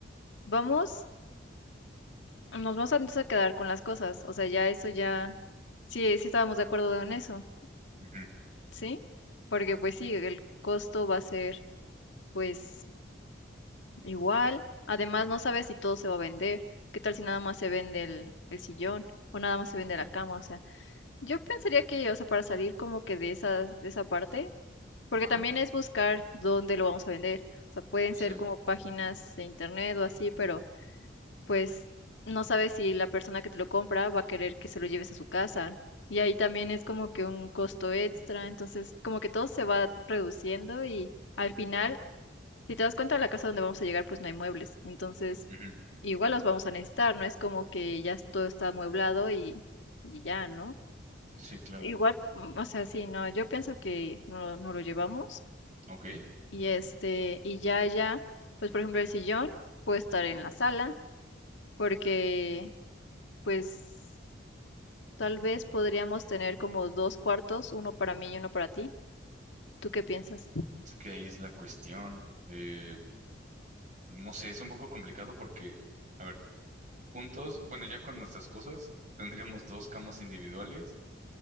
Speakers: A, on the left; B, on the right.
A: vamos, nos vamos a, entonces a quedar con las cosas. O sea, ya eso ya, sí, sí estábamos de acuerdo en eso,
B: Ujú,
A: ¿sí? Porque pues sí, el costo va a ser pues igual. Además,
B: ujú.
A: no sabes si todo se va a vender. ¿Qué tal si nada más se vende el, el sillón o nada más se vende la
B: Sí.
A: cama? O sea. Yo pensaría que, o sea, para salir como que de esas, de esa parte, porque
B: Ajá,
A: también es buscar dónde lo vamos a vender. O sea, pueden
B: sí.
A: ser como páginas de internet o así, pero pues no sabes si la persona que te lo compra va a querer que se lo lleves a su casa. Y ahí también es como que un costo extra. Entonces, como que todo se va reduciendo y al final, si te das cuenta, la casa donde vamos a llegar, pues no hay muebles. Entonces,
B: Ujú,
A: igual los vamos a necesitar, no es como que ya todo está amueblado y, y ya, ¿no?
B: Sí, claro.
A: Igual, mm, o sea, sí, no, yo pienso que no, no lo llevamos
B: Ok.
A: y este, y ya, ya, pues por ejemplo el sillón puede estar
B: ujú.
A: en la sala porque pues tal vez podríamos tener como dos cuartos, uno para mí y uno para ti. ¿Tú qué piensas?
B: Es que ahí es la cuestión. Eh, no sé, es un poco complicado porque, a ver, juntos, bueno, ya con nuestras cosas, tendríamos dos camas individuales,